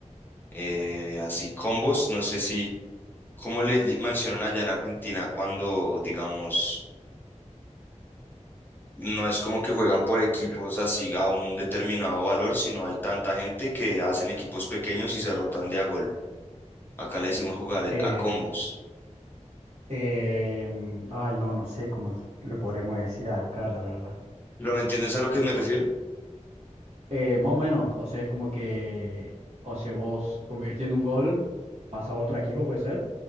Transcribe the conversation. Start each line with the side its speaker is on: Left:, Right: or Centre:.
Left: eh, así combos, no sé si, ¿cómo le ll- mencionan allá en Argentina cuando, digamos, no es como que juegan por equipos así a un determinado valor, sino hay tanta gente que hacen equipos pequeños y se rotan de a gol. Acá le decimos jugar
Right: Eh,
Left: a combos.
Right: em, ay, no, no sé cómo s- le podremos decir acá, la verdad.
Left: ¿Pero me entiendes a lo
Right: No,
Left: que me
Right: no.
Left: refiero?
Right: Eh, más o menos, o sea, es como que, o sea, vos convirtiendo un gol, pasa a otro equipo, puede ser.